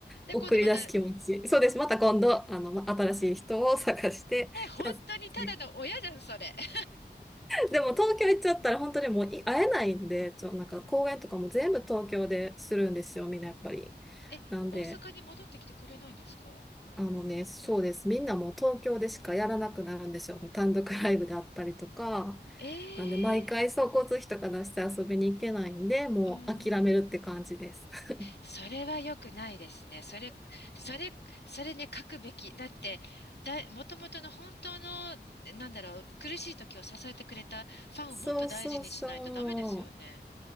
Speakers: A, on the left; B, in the centre.
A: で、
B: 送り出す気持ち。
A: 今度また、え、
B: そうです。また今度、あの、ま新しい人を探して、
A: え、本当にただの親じゃん、
B: じゃあ次
A: それ。<laughs>
B: でも東京行っちゃったら本当にもうい会えないんで、ちょ、なんか公演とかも全部東京でするんですよ、みんなやっぱり。
A: え、
B: なんで、
A: 大阪に戻ってきてくれないんですか
B: あのね、そうです。みんなもう東京でしかやらなくなるんですよ。単独ライブであったりとか。
A: ええー、
B: なんで、毎回そう、交通費とか出して遊びに行けないんで、もう諦めるって感じです。
A: うーん。
B: <laughs>
A: それは良くないですね。それ、それ、それね、書くべき。だって、だ、もともとの本当の、なんだろう、苦しい時を支えてくれたファンをもっと大事にしないとダメですよね。
B: そうそうそう。